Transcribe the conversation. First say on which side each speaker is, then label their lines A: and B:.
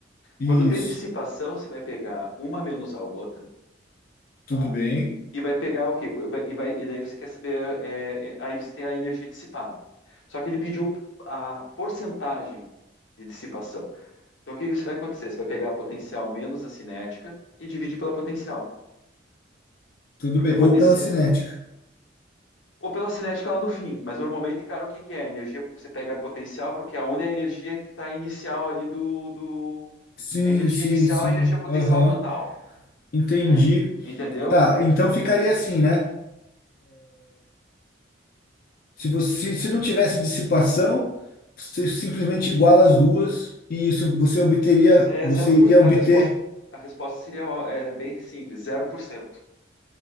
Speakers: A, on the left (about 50°); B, on the left (about 85°).
A: Isso,
B: Quando tem dissipação, você vai pegar uma menos a outra,
A: tudo
B: tá?
A: bem,
B: E vai pegar o quê? E, vai, e daí você quer saber. é, é, aí você tem a energia dissipada. Só que ele pediu a porcentagem de dissipação. Então o que você vai acontecer? Você vai pegar a potencial menos a cinética e dividir pela potencial.
A: tudo
B: Porque
A: bem.
B: a potencial.
A: Ou pela cinética.
B: Ou pela cinética lá no fim. Mas normalmente, cara, o que que é? A energia, você pega a potencial, porque a onda é a energia que está inicial ali do, do.
A: Sim,
B: A energia
A: sim,
B: inicial
A: sim.
B: é a energia potencial
A: Aham,
B: total.
A: entendi.
B: Né? Entendeu?
A: Tá, então ficaria assim, né? Se você, se não tivesse dissipação, você simplesmente iguala as duas e isso você obteria,
B: É
A: você
B: zero por...
A: ia
B: a
A: obter
B: resposta, a resposta seria ó, é bem simples, zero por cento,